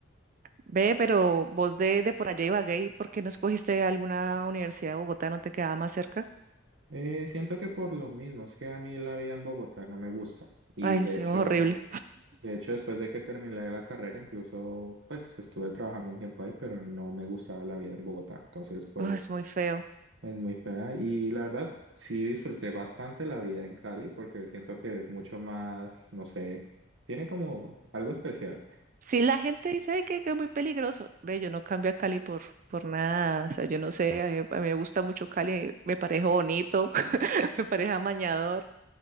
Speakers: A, on the right; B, on the right.
A: Ve, pero vos de, de por allá Ibagué, ¿por qué no escogiste alguna universidad de Bogotá? ¿No te quedaba más cerca?
B: Eh, siento que por lo mismo, es que a mí la vida en Bogotá no me gusta y
A: Ay,
B: de
A: sí,
B: hecho
A: horrible.
B: De hecho, después de que terminé la carrera, incluso pues estuve trabajando un tiempo ahí, pero no me gustaba la vida en Bogotá. Entonces, pues
A: Ay, es muy feo.
B: es muy fea. Y la verdad, sí disfruté bastante la vida en Cali porque siento que es mucho más, no sé, tiene como algo especial.
A: Sí, la gente dice "Ay, que, que es muy peligroso. Ve, yo no cambio a Cali por, por nada. O sea, yo no sé, a mí, a mí me gusta mucho Cali, me parece bonito, <laughs> me parece amañador,